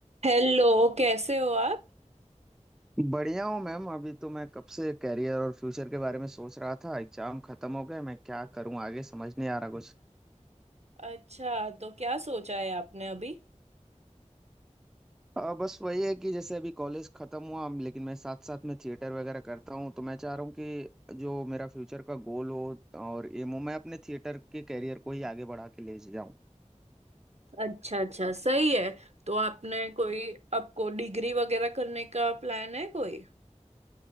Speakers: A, on the right; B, in the centre.
A: Hello कैसे हो आप
B: बढ़िया हूँ मैम अभी तो मैं कब से करियर और फ्यूचर के बारे में सोच रहा था एग्जाम खत्म हो गए मैं क्या करूँ आगे समझ नहीं आ रहा कुछ
A: अच्छा तो क्या सोचा है आपने अभी
B: अ, बस वही है कि जैसे अभी कॉलेज खत्म हुआ हम- लेकिन मैं साथ साथ में थिएटर वगैरह करता हूँ तो मैं चाह रहा हूँ कि जो मेरा फ्यूचर का गोल हो और एम हो मैं अपने थिएटर के करियर को ही आगे बढ़ा के ले जाऊँ
A: अच्छा अच्छा सही है तो आपने कोई आपको डिग्री वगैरह करने का प्लान है कोई